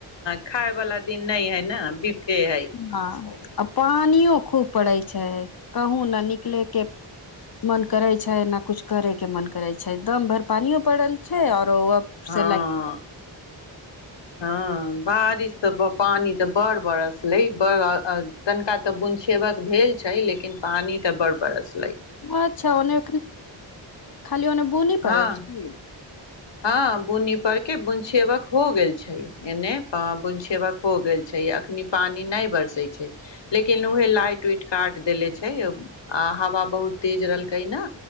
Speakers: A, on the left; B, on the left.
A: खााय वाला दिन नहि है ने है
B: ह अपा पानियो खूब पड़ै छै कहूँ ने निकले के मन करे छै ने कुछ करे के मन करे छै दम भर पानियो पड़ल छै आओर तो अब
A: हँ
B: सिलाइ की कर
A: हँ बारिश तऽ पानि तऽ बड़ बरसलै बड़ तनिका तऽ बुनछेबक भेल छै लेकिन पानि तऽ बड़ बरस
B: अच्छा ओने खाली ओने बुनी
A: हँ
B: पड़ल छै
A: हँ बुनी पड़के बुन छ ब हो गेल छै एने ब बुनछियबक हो गेल छै अखनी पानि नहि बरसै छै लेकिन उहे लाइट उइट काट देले छै आ हवा बहुत तेज रहलकै न